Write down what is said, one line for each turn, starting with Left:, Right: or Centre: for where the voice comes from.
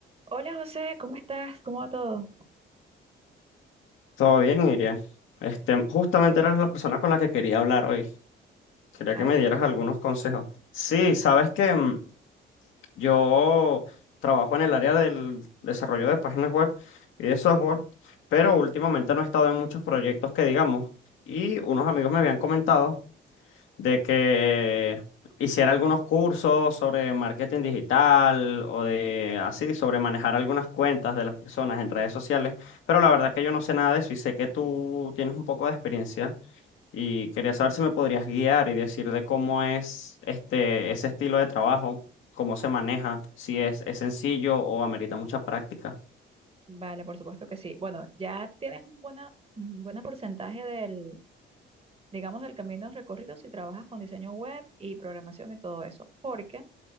Right: Hola José, ¿cómo estás? ¿Cómo va todo?
Left: Todo bien, Iria. Este, justamente eras la persona con la que quería hablar hoy. Quería
Right: ¿Ah,
Left: que me
Right: sí?
Left: dieras algunos consejos. Sí, sabes que mm, yo trabajo en el área del desarrollo de páginas web y de software, pero últimamente no he estado en muchos proyectos que digamos. Y unos amigos me habían comentado de que hiciera algunos cursos sobre marketing digital o de así, sobre manejar algunas cuentas de las personas en redes sociales, pero la verdad que yo no sé nada de eso y sé que tú tienes un poco de experiencia y quería saber si me podrías guiar y decir de cómo es este ese estilo de trabajo, cómo se maneja, si es, es sencillo o amerita mucha práctica.
Right: Vale, por supuesto que sí. Bueno, ya tienes un buena, un buen porcentaje del, digamos, del camino recorrido si trabajas con diseño web y programación y todo eso. Porque